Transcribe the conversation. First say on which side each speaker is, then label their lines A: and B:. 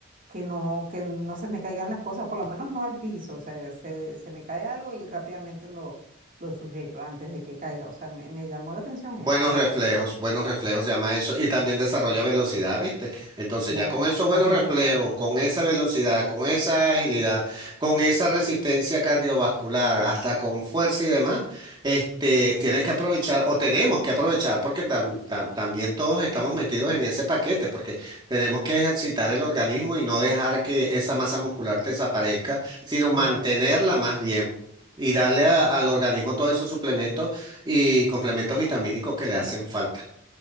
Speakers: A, on the right; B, on the right.
A: que no, que no se me caigan las cosas, por lo menos no al piso, o sea, se, se me cae algo y rápidamente lo, lo sujeto antes de que caiga, o sea, me, me llamó la atención
B: Buenos
A: eso, de
B: reflejos,
A: verdad.
B: buenos reflejos se llama eso, y también desarrolla velocidad, ¿viste? Entonces
A: Claro,
B: ya con esos buenos
A: agilidad,
B: reflejos, con esa velocidad, con esa agilidad, con esa resistencia cardiovascular, hasta con fuerza y demás, este, tienes que aprovechar, o tenemos que aprovechar, porque tam- tam- también todos estamos metidos en ese paquete, porque tenemos que ejercitar el organismo y no dejar que esa masa muscular desaparezca, sino mantenerla
A: claro,
B: más bien. Y darle a-
A: sí,
B: al organismo todos esos suplementos y complementos vitamínicos que le hacen falta.